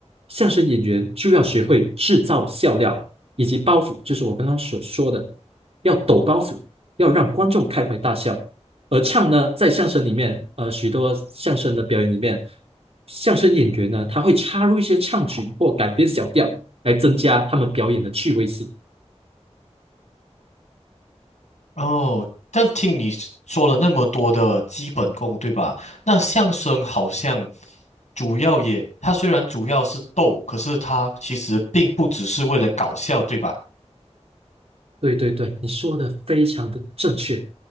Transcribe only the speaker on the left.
哦，但听你说了那么多的基本功，对吧？那相声好像主要也，它虽然主要是逗，可是它其实并不只是为了搞笑，对吧？